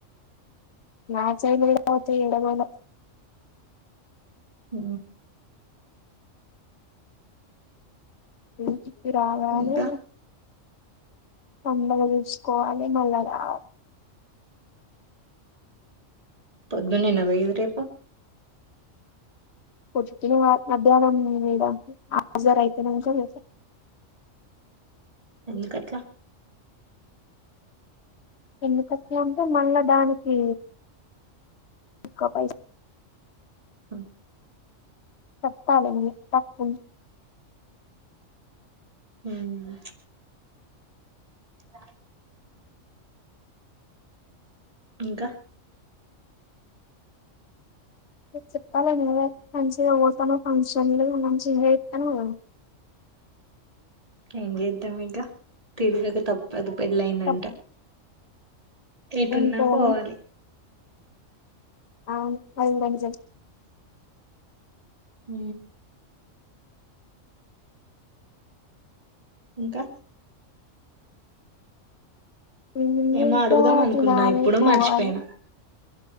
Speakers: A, on the left; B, on the right.
A: నా చేలు <unintelligible> ఎండలేదు
B: అ
A: హ్మ్ కిక్ రావాలె
B: ఇంకా
A: పండగ చేసుకోవాలి మళ్ళా రాల
B: పద్దు నిన్న పోయంటే
A: పొద్దున్న మధ్యాహ్నం గూడా ఆజర్ అయితేనకా పె
B: ఎందుకు కట్ల
A: ఎన్నికత్ ఉంటే మళ్ళా దానికి ఎక్కువ పై
B: హ్మ్
A: చెప్పాలి అండి తప్పు
B: హ్మ్ ఆ ఇంకా
A: చెప్పాల నువ్వే మంచిగా పోతాన్నాక ఫంక్షన్లు మంచిగా <unintelligible>
B: ఇంగ ఈమిటి ఇంకా ప్రేమమా మీద పడతాడు పెళ్ళ అయిందంట
A: తప్పు
B: ఎటున్నా
A: ఎంతేనా
B: పోవాలి
A: ఆ పోవుడాగా చే
B: హ ఇంకా
A: ఉ
B: ఏమో
A: ఇంకా
B: అడుగుదాం
A: <unintelligible>
B: అనుకున్నా
A: తినలే
B: ఇప్పుడు
A: పోవాలి
B: మర్చిపోయినా